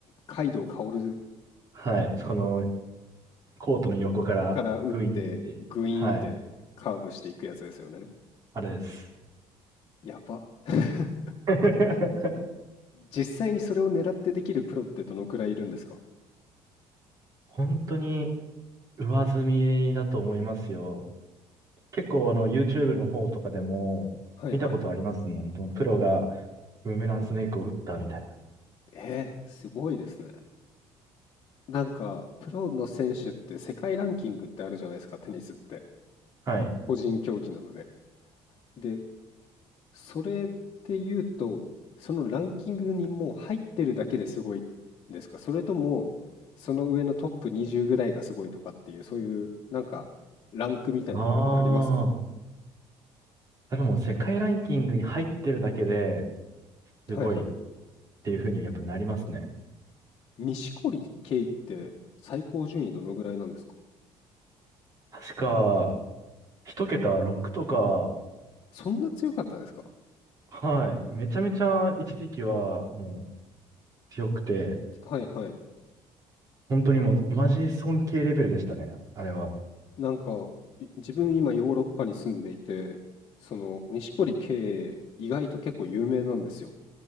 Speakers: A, on the left (about 45°); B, on the right (about 35°).
A: カイドウ薫
B: はい。このコートの横からグイーンって、
A: から打って、グイーンってカーブしていくやつですよね。
B: はい。あれです。
A: やば。<laughs>
B: <laughs>
A: 実際にそれを狙ってできるプロってどのくらいいるんですか
B: 本当に上積みだと思いますよ。結構あの YouTube の方とかでも見たことありますもん。
A: はいはい。
B: そのプロがブーメランスネークを打ったみたいな。
A: えー、すごいですね。なんか、プロの選手って世界ランキングってあるじゃないですか、テニスって。
B: はい。
A: 個人競技なので。で、それで言うと、そのランキングにもう入ってるだけですごいんですかそれとも、その上のトップ20ぐらいがすごいとかっていう、そういう、なんか、ランクみたいなのってありますか
B: ああ。でも世界ランキングに入ってるだけですごいっ
A: はいはい。
B: ていうふうにやっぱなりますね。
A: 錦織圭って最高順位どのぐらいなんですか
B: 確か、一桁6とか、
A: そんな強かったんですか
B: はい。めちゃめちゃ一時期はもう強くて、
A: はいはい。
B: 本当にもうマジ尊敬レベルでしたね。あれは。
A: なんか、い自分今ヨーロッパに住んでいて、その、錦織圭意外と結構有名なんですよ。